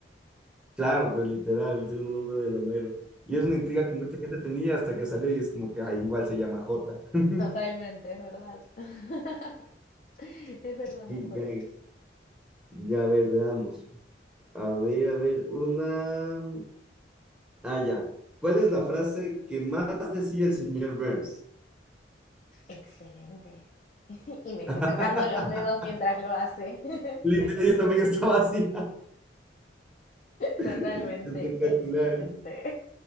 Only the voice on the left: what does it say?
Totalmente, es verdad. <laughs> Es verdad,
me acuerdo.
Excelente. <laughs> Y me estoy
tocando los dedos mientras lo hace. <laughs>
Totalmente.
Excelente.